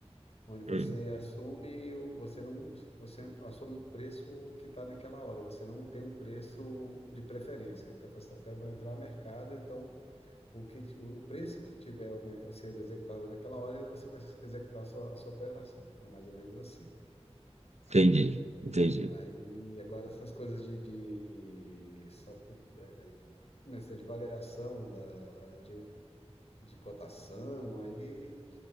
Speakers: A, on the left (about 65°); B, on the right (about 80°).
A: onde você
B: Hum,
A: assume, o- você não, você assume o preço que está naquela hora, você não tem um preço de preferência. Então, você fala assim, eu quero entrar no mercado, então o que ti- o preço que tiver o mer- sendo executado naquela hora, você vai executar a sua, a sua operação. É mais ou menos assim.
B: entendi, entendi.
A: Aí, agora essas coisas de, de, sa- eh, né, essa de variação da, de, de cotação, aí